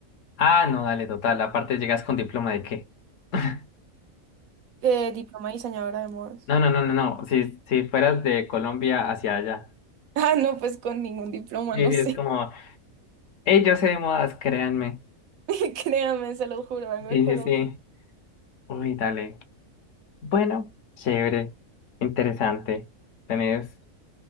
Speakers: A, on the left (about 65°); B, on the right (about 75°).
A: Ah, no, dale, total. Aparte, llegas con diploma de qué. <laughs>
B: Eh, diploma de diseñadora de modas.
A: No, no, no, no, no. Si, si fueras de Colombia hacia allá.
B: <laughs> Ah, no, pues con ningún diploma,
A: Sí,
B: no
A: sí,
B: sé.
A: es como, hey, yo sé de modas, créanme.
B: <laughs> Créame, se lo juro, vengo
A: Sí,
B: de Colombia.
A: sí, sí. Uy, dale. Bueno, chévere, interesante. Tenés.